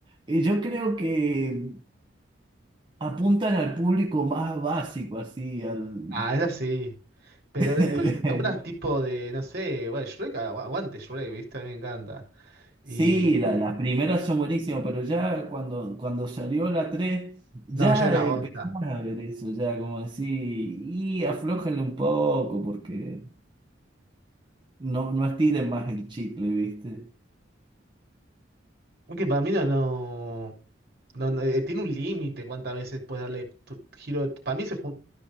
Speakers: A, on the right; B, on the right.
A: y yo creo que. apuntan al público más básico, así, al...
B: Ah, es así. Pero
A: <laughs>
B: después algunas tipo de, no sé, bueno, Shrek, agu- aguante Shrek, ¿viste? A mí me encanta. Y
A: Sí, la- las primeras son buenísimas, pero ya cuando, cuando salió la 3 ya
B: no, ya es una bosta.
A: empezamos a ver eso, ya como así, y aflójenle un poco, porque no, no estiren más el chicle, ¿viste?
B: Aunque para mí no, no, no, no, eh, tiene un límite cuántas veces puedes darle tu- giro. Para mí se jun-